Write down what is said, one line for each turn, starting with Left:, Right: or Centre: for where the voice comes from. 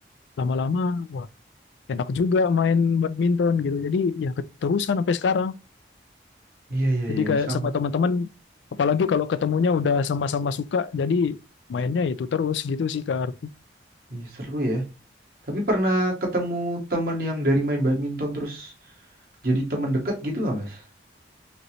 Left: lama-lama wah enak juga main badminton gitu jadi ya keterusan sampai sekarang
Right: iya iya
Left: Jadi
Right: iya
Left: kayak
Right: sama.
Left: sama teman-teman, apalagi kalau ketemunya udah sama-sama suka, jadi mainnya itu terus gitu sih Kak Arfi.
Right: Iya, seru ya. Tapi pernah ketemu temen yang dari main badminton terus jadi temen deket gitu nggak, Mas?